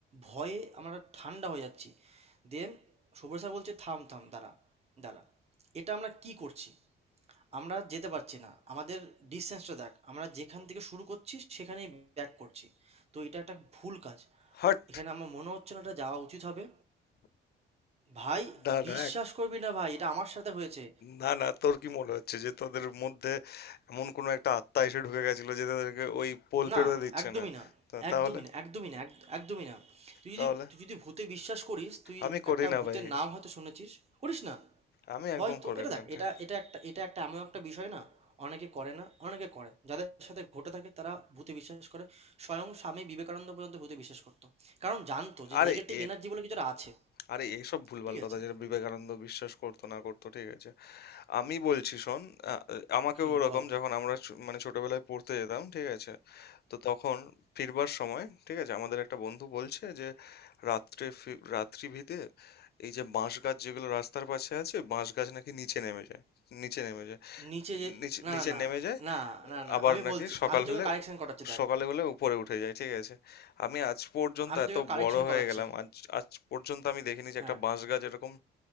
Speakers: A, on the right (about 30°); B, on the left (about 55°).
A: ভয়ে আমরা ঠান্ডা হয়ে যাচ্ছি দেন সব্য স্যার বলছে থাম থাম দাঁড়া দাঁড়া এটা আমরা কি করছি আমরা যেতে পারছি না আমাদের ডিসটেন্সটা দেখ আমরা যেখান থেকে শুরু করছি সেখানেই ব্যাক করছি তো এটা একটা ভুল কাজ
B: হট
A: এখানে আমার মনে হচ্ছে না এটা যাওয়া উচিত হবে ভাই
B: দাঁড়া
A: বিশ্বাস করবি না ভাই এটা আমার সাথে হয়েছে
B: না না তোর কি মনে হচ্ছে যে তোদের মধ্যে এমন কোনো একটা আত্মা এসে ঢুকে গেছিল যে তাদেরকে ওই পোল
A: না
B: পেরোতে দিচ্ছে
A: একদমই
B: না
A: না
B: তো
A: একদমই
B: তাহলে
A: না একদমই না এক- একদমই না তুই যদি
B: তাহলে
A: তুই যদি ভূতে বিশ্বাস করিস তুই
B: আমি করি
A: একটা
B: না
A: ভূতের
B: ভাই
A: নাম হয়তো শুনেছিস করিস না
B: আমি
A: হয়তো
B: একদম করি
A: এটা
B: না
A: দেখ
B: এটা।
A: এটা এটা একটা এটা একটা এমন একটা বিষয় না অনেকে করে না অনেকে করে যাদের সাথে ঘটে থাকে তারা ভূতে বিশ্বাস করে স্বয়ং স্বামী বিবেকানন্দ পর্যন্ত ভূতে বিশ্বাস করতো কারণ জানতো যে
B: আরে
A: নেগেটিভ
B: এ
A: এনার্জি বলে কিছুটা আছে
B: আরে এইসব ভুলভাল
A: ঠিক আছে
B: কথা যেটা বিবেকানন্দ বিশ্বাস করতো না করতো ঠিক আছে আমি বলছি শোন আ- আমাকেও
A: হুম
B: ওরকম
A: বল
B: যখন আমরা ছো- মানে ছোটবেলায় পড়তে যেতাম ঠিক আছে তো তখন ফিরবার সময় ঠিক আছে আমাদের একটা বন্ধু বলছে যে রাত্রে ফি- রাত্রি ভিতে এই যে বাঁশ গাছ যেগুলো রাস্তার পাশে আছে বাঁশ গাছ নাকি নিচে নেমে যায় নিচে নেমে যায়
A: নিচে যে
B: নিচে
A: না
B: নিচে
A: না
B: নেমে যায়
A: না না না না
B: আবার
A: আমি
B: নাকি
A: বলছি
B: সকাল
A: আমি তোকে
B: হলে
A: কারেকশন করাচ্ছি দেখ
B: সকালে হলে উপরে উঠে যায় ঠিক আছে আমি আজ পর্যন্ত
A: আমি তোকে
B: এত
A: কারেকশন
B: বড় হয়ে
A: করাচ্ছি
B: গেলাম আজ আজ পর্যন্ত আমি দেখিনি যে
A: হ্যাঁ
B: একটা বাঁশ গাছ এরকম